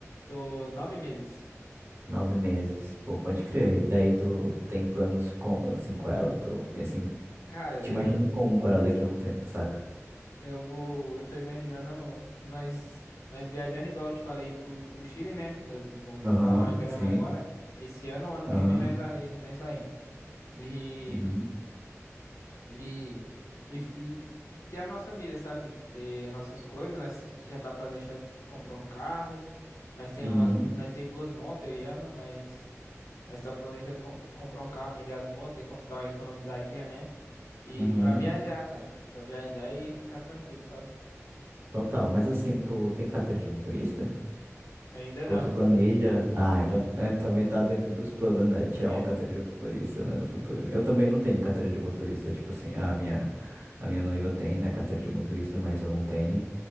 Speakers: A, on the left (about 75°); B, on the right (about 50°).
A: Tô nove meses.
B: Nove meses, pô, pode crer. E daí tu tem planos como, assim, com ela? Tu pensa em
A: Cara,
B: Tu te
A: eu,
B: imagina como com ela daqui a um tempo, saca?
A: Eu vou. Eu tô imaginando nós, nós viajando, igual eu te falei, pro, pro Chile, né? Eu t- vou juntar
B: Aham,
A: uma grana
B: sim.
A: agora. Esse ano, ano
B: Aham,
A: que vem, nós vai, nós vai. E,
B: uhum,
A: e, e, e ter a nossa vida, sabe? Ter as nossas coisas. Nós já tá planejando comprar um carro. Nós tem
B: uhum,
A: umas, nós tem duas motos, eu e ela, mas nós tá planejando com- comprar um carro, vender as motos, e dar uma economizadinha, né? E
B: uhum.
A: pra viajar, cara. Pra viajar e ficar tranquilo, sabe?
B: Total. Mas assim, tu tem carteira de motorista?
A: Ainda não.
B: Ou tu planeja? Ah,
A: Não.
B: então é, também tá dentro dos planos, né? De tirar
A: É,
B: uma carteira de motorista, né? No futuro. Eu também não tenho carteira de motorista. Tipo assim, a minha, a minha noiva tem, né? Carteira de motorista, mas eu não tenho.